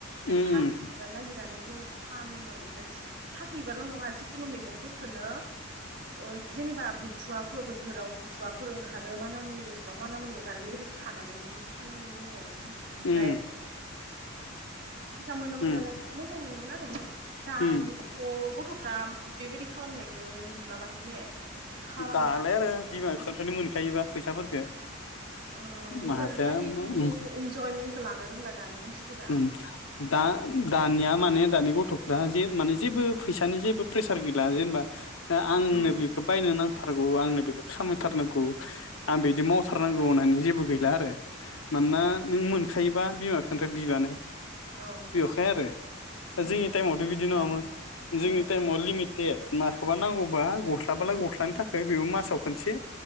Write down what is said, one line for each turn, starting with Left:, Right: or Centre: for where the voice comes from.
Right: बे
Left: उम
Right: थास' बिबार नागिरनानै जोङो फानोमोन ओमफ्राय। थास' बिबारल' नङा जिखुनु मैगंफोरखौनो ओ जेनेबा बुथुवाफो बोथोराव बुथुवाफोर ओंखारो माना मुनि बोथोराव माना मुनि ओंखारो बेबायदि खानानै जि फानोमोन जोङो ओमफ्राय
Left: उम
Right: फैसा मोनोमोन
Left: उम
Right: नालाय मोजां मोनोमोन आरो ओमफ्राय दायो
Left: उम
Right: थ' गथ'फ्रा बेबायदि खालामनायखौ नुला माथो ने? खालामला
Left: दालाय
Right: दायो
Left: आरो बिमा
Right: मानसिफोरा।
Left: बिफानिफ्रायनो मोनखायोबा फैसाफोरखौ
Right: ओ बेफोरबायदिनि
Left: माथो
Right: इन्जयमेन्टखौ लानो रोंला दानि मानसिफोरा
Left: ओम दा दानिया माने दानि गथ' गथ'फ्रा जे माने जेबो फैसानि जेबो प्रेसार गैला जेनेबा आ आंनो
Right: उम
Left: बेखौ बायनो नांथारगौ आंनो बे खामायथारनांगौ आं बिदि मावथारनांगौ होननानै जेबो गैला आरो। मानोना नों मोनखायोबा बिमा बिफानिफ्राय बिबानो
Right: औ
Left: <unintelligible> आरो
Right: उम
Left: जोंनि टाइमावथ' बिदि नङामोन जोंनि
Right: उम
Left: टाइमाव लिमिटेड। माखोबा नांगौबा गस्लाबालाय गस्लानि थाखाय बेबो मासाव खनसे